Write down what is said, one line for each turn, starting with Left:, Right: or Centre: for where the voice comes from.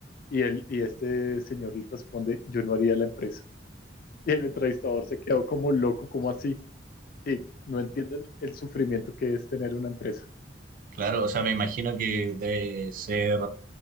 Left: Y, él, y este señor le responde, yo no haría la empresa. Y el entrevistador se quedó como loco, como así. Sí, no entienden el sufrimiento que es tener una empresa.
Right: Claro, o sea, me imagino que debe ser,